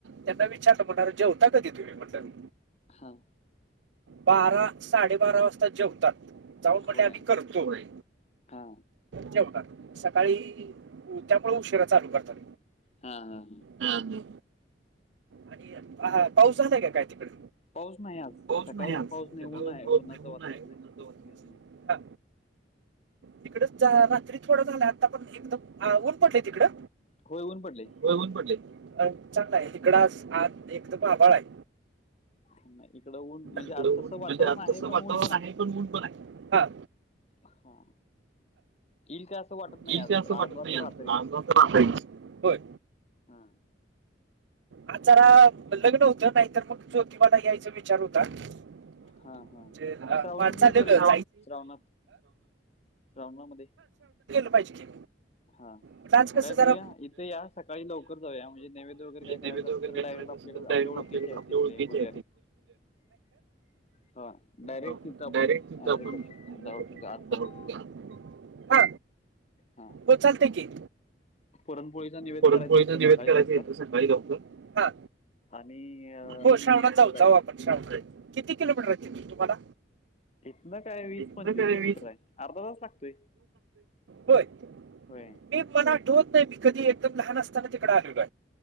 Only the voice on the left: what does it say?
हा,
होय
हा
हा हा हा,
पाऊस नाही आज
सकाळून
पाऊस
नाही ऊन आहे ऊन्हाचं
वातावरण
म्हणजे असं काही नाही
होय ऊन पडलय.
नाही इकडं ऊन म्हणजे
आज
तसं वातावरण
आहे
पण ऊन पण आहे
हा येईल काय असं वाटत नाही
आज
आज
तर रात्रीच
हा
हा हा
मग श्रावणात हे
करूया की श्रावणात श्रावणामध्ये
हा
मग
काय करूया
इथे या सकाळी लवकर जाऊया म्हणजे नैवेद्य वगैरे काय करायचं
असेल तर डायरेक्ट आपल्याकडे आपल्या ओळखीचे आहेत तिथले
पुजारी
हा डायरेक्ट
तिथं आपण
अ, हे
करू शकतो जाऊ शकतो
आतमध्ये
हा,
पुरणपोळीचा निवेद
करायचा इथं
सकाळी
लवकर
आणि अ,
जायचं
इथ ना काय वीस
पंचवीस
किलोमीटर
आहे अर्धा तास लागतोय.
होय.